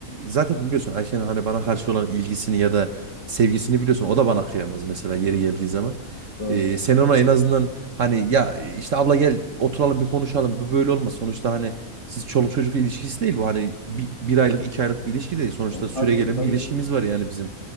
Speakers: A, on the right (about 55°); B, on the left (about 20°).
A: zaten biliyorsun Ayşe'nin hani bana karşı olan ilgisini ya da sevgisini biliyorsun. O da bana kıyamaz mesela yeri geldiği zaman.
B: Doğru.
A: Ee, sen ona en azından hani ya işte abla gel oturalım bir konuşalım. Bu böyle olmaz. Sonuçta hani siz çoluk çocuk ilişkisi değil bu. Hani bir, bir aylık iki aylık bir ilişki değil. Sonuçta
B: Ya, tabii
A: süregelen
B: ki tabii
A: bir ilişkimiz
B: ki.
A: var yani bizim.